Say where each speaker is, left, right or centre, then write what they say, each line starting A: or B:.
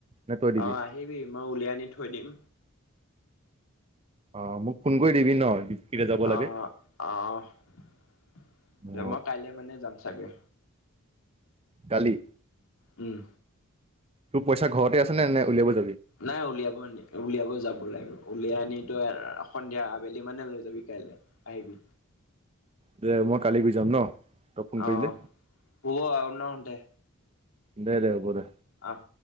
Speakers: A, on the right; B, on the left.
A: নে তই দিবি
B: অ', আহিবি মই উলিয়াই আনি থৈ দিম
A: অ মোক ফোন কৰি দিবি ন কেতিয়া যাব
B: আহ
A: লাগে
B: অ আহ
A: অ
B: মই কাইলে মানে যাম চাগে
A: কালি
B: উম
A: তোৰ পইচা ঘৰতে আছে নে নে উলিয়াব য
B: নাই উলিয়াব নি উলিয়াব যাব লাগিব উলিয়াই আনি তই সন্ধিয়া আবেলি মানে লৈ যাবি কাইলৈ আহিবি
A: দে মই কালি গৈ যাম ন তই ফোন কৰিলে
B: অ পব আওন দেে
A: দে দে হব দে
B: আহ